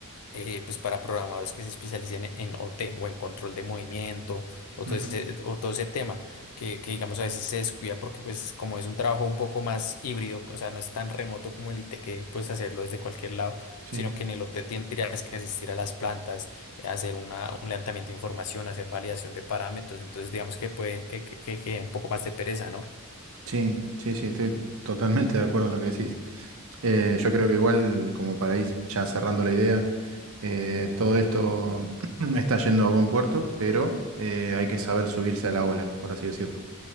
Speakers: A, on the left; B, on the right.
A: eh, pues para programadores que se especialicen en en OT o en control de movimiento o
B: ujú.
A: todo ese, o todo ese tema que, que, digamos a veces se descuida porque pues es como es un trabajo un poco más híbrido, o sea, no es tan remoto como el IT que puedes hacerlo desde cualquier lado,
B: Sí,
A: sino que en el OT tendrías que asistir a las plantas, eh, hacer una, un levantamiento de información, hacer validación de parámetros, entonces digamos que puede que, que, que quede un poco más de pereza, ¿no?
B: sí, sí, sí, estoy totalmente de acuerdo en lo que decís. Eh, yo creo que igual, como para ir ya cerrando la idea, eh, todo esto <clears throat> está yendo a buen puerto, pero eh, hay que saber subirse a la ola, por así decirlo.